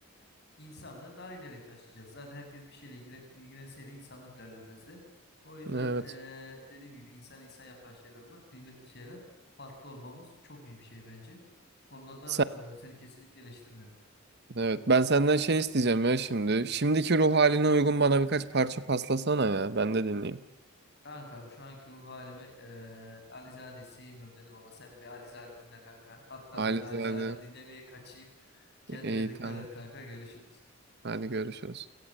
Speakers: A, on the left (about 50°); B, on the right (about 50°).
A: e, insanlığı daha ileriye taşıyacağız. Zaten herkes bir şeyle ilgilen, ilgilenseydi insanlık ilerlemezdi. O yüzden
B: Evet.
A: e, dediğim gibi insanı insan yapan şeyler bunlar. Kıymetli şeyler. Farklı olmamız çok iyi bir şey bence. Bu konuda da
B: Sen,
A: e, seni kesinlikle eleştirmiyorum.
B: evet. Ben senden şey isteyeceğim ya şimdi. Şimdiki ruh haline uygun bana birkaç parça paslasana ya. Ben de dinleyeyim.
A: Kanka şu anki ruh halime e, Alizade'yi sevmiyorum dedim ama sen bir Alizade dinle kanka. Hatta
B: Alizade.
A: ben de Alizade dinlemeye kaçayım. Kendine
B: İyi
A: dikkat
B: tamam.
A: et kanka görüşürüz.
B: Hadi görüşürüz.